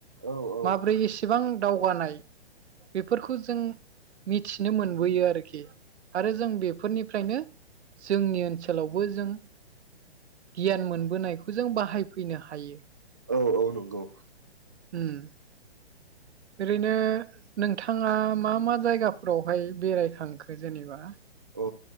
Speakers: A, on the right (about 20°); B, on the right (about 75°).
A: औ औ।
B: माब्रै एसेबां दावगानाय बेफोरखौ जों मिथिनो मोनबोयो आरोखि आरो जों बेफोर फोरनिफ्रायनो जोंनि ओनसोलावबो जों गियान मोनबोनायखौ जों बाहायफैनो हायो।
A: औ औ नंगौ।
B: ओम। ओरैनो नोंथाङा मा मा जायगाफोरावहाय बेरायखांखो जेनेबा
A: अ